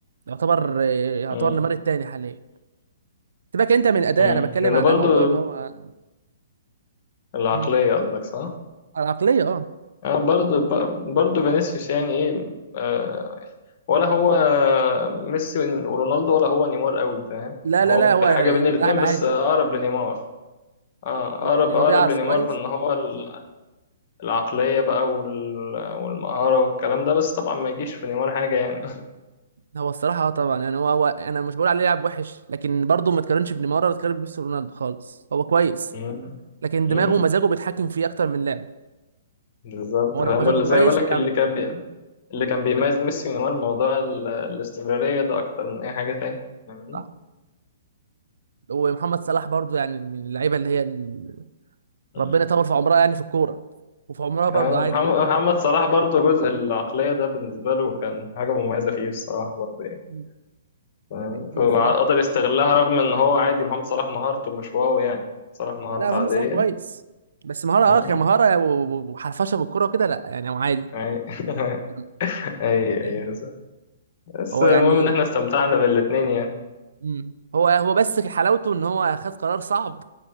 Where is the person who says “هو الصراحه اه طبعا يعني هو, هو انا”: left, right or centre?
Right